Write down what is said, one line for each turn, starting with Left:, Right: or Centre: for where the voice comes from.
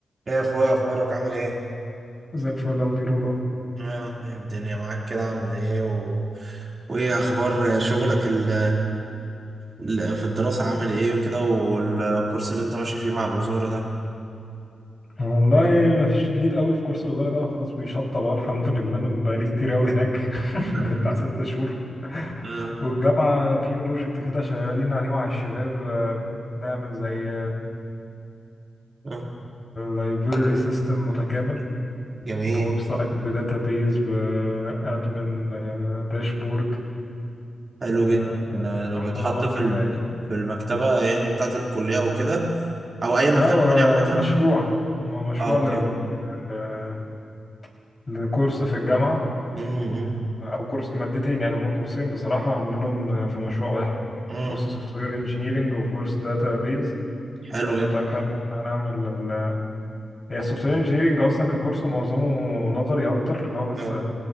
Right: ايه يا اخويا اخبارك عامل ايه
Left: زي الفل يا مدير والله
Right: آه، إيه الدنيا معاك كده عامل ايه و... وايه اخبار شغلك ال... ال... في الدراسة عامل ايه وكده والكورس اللي انت ماشي فيه مع الوزارة ده
Left: والله ما فيش جديد قوي في كورس الوزارة ده خلاص بيشطب اهو الحمد لله انا بقالي كتير قوي هناك <laughs> بقالي
Right: <laughs>
Left: بتاع ستة شهور
Right: اه
Left: والجامعة في بروجكت كده شغالين عليه مع الشباب آه، بنعمل زي
Right: اه
Left: لايبراري سيستم متكامل
Right: جميل
Left: بويب سايت بداتابيز بادمن داشبورد
Right: حلو
Left: بحوار
Right: جدا إن لو بتحط في
Left: كده
Right: ال...
Left: يعني
Right: في المكتبة يعني بتاعة الكلية او كده او اي مكتبة
Left: لا هو
Right: يعني عامة
Left: مشروع هو مشروع
Right: اه اوكي
Left: ل- ل- لكورس في الجامعة
Right: امم
Left: او كورس مادتين يعني هما كورسين بصراحه عاملينهم في مشروع واحد
Right: امم
Left: كورس سوفت وير انجينيرنج وكورس داتا بيز
Right: حلو
Left: قلنا
Right: جدا
Left: طيب حلو احنا هنعمل ال... هي السوفت وير انجينيرنج اصلا ككورس معظمه نظري اكتر اللي هو بس
Right: اه